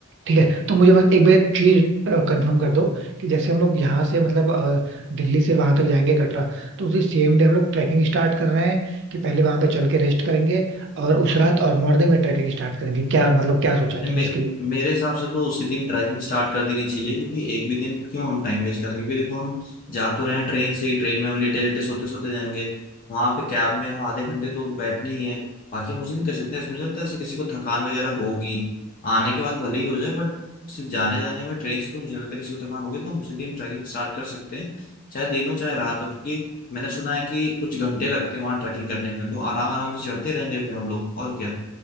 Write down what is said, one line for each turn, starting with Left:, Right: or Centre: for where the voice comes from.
Right: ठीक है तो मुझे बस एक बार चीज कंफर्म कर दो कि जैसे हम लोग यहाँ से मतलब अ, दिल्ली से वहां तक जाएंगे कटरा तो उसी सेम डे हम लोग ट्रैकिंग स्टार्ट कर रहे हैं कि पहले वहां पे चल के रेस्ट करेंगे और उस रात और मॉर्निंग में ट्रैकिंग स्टार्ट करेंगे क्या मतलब क्या सोचा है
Left: नहीं,
Right: तुमने
Left: मे,
Right: इसके लिए
Left: मेरे हिसाब से तो उसी दिन ट्रैकिंग स्टार्ट कर देनी चाहिए क्योंकि एक भी दिन क्यों हम टाइम वेस्ट करेंगे क्योंकि देखो हम जा तो रहे हैं ट्रेन से ही ट्रेन में हम लेटे लेटे सोते सोते जाएंगे वहां पे कैब में हम आधे घंटे तो बैठने ही है बाकी हम उसी दिन कर सकते हैं इसमें मुझे लगता है ऐसे किसी को थकान वगैरह होगी आने के बाद भले ही हो जाए बट सिर्फ जाने जाने में ट्रेन से तो मुझे लगता है किसी को थकान होगी तो हम उसी दिन ट्रैकिंग स्टार्ट कर सकते हैं चाहे दिन हो चाहे रात हो क्योंकि मैंने सुना है कि कुछ घंटे लगते हैं वहां ट्रैकिंग करने में तो आराम आराम से चढ़ते रहेंगे फिर हम लोग और क्या